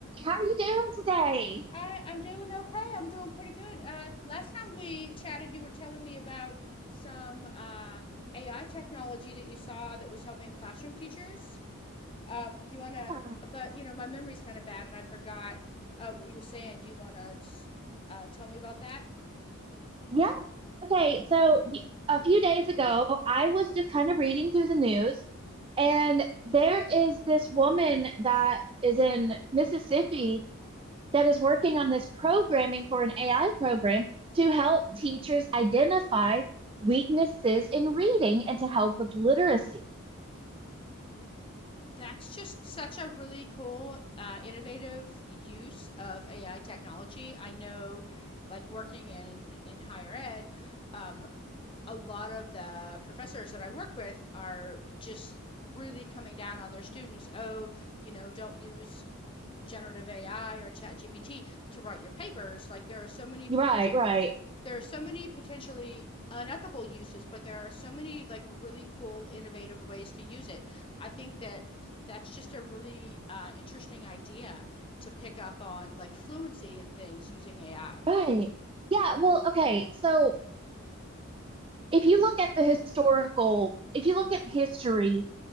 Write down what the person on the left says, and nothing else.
I, I'm doing okay. I'm doing pretty good. Uh, last time we chatted, you were telling me about some uh, AI technology that you saw that was helping classroom teachers. Um, do you want
to? But you know, my memory's kind of bad, and I forgot uh, what you were saying. Do you want to just uh, tell me about that?
That's just such a really cool, uh, innovative use of AI technology. I know, like working in in higher ed, um, a lot of the professors that I work with are just really coming down on their students. Oh, you know, don't use generative AI or chat GPT to write your papers. Like there are so many potential
there are so many potentially unethical uses, but there are so many like really cool innovative ways to use it. I think that that's just a really uh, interesting idea to pick up on like fluency and things using AI.